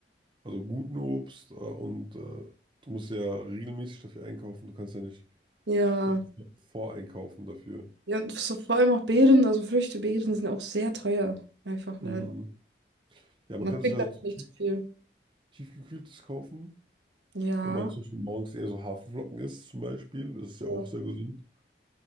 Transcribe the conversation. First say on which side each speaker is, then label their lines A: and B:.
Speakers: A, on the right; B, on the right.
A: Also guten Obst äh, und äh, du musst ja regelmäßig dafür einkaufen. Du kannst ja nicht
B: Ja.
A: so voreinkaufen dafür.
B: Ja, und so vor allem auch Beeren, also Früchte, Beeren sind auch sehr teuer. Einfach leider.
A: Mhm. Ja, man
B: Man
A: kann
B: kriegt
A: sich halt
B: davon
A: so
B: nicht
A: tief,
B: so viel.
A: tiefgekühltes kaufen,
B: Ja.
A: wenn man zum Beispiel morgens eher so Haferflocken isst zum Beispiel. Das ist
B: Ja.
A: ja auch sehr gesund.